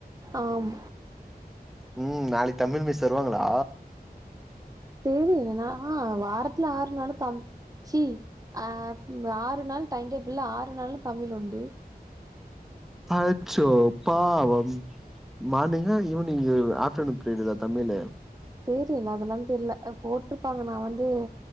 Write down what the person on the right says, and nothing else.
ஆம்
தெரில நா வாரத்துல ஆறு நாளு தம் ச்சி ஆ ஆறு நாள் டைம்டேபிள்ள ஆறு நாளு தமிழ் உண்டு
தெரில அதெல்லா தெரியல போட்டிருப்பாங்க நா வந்து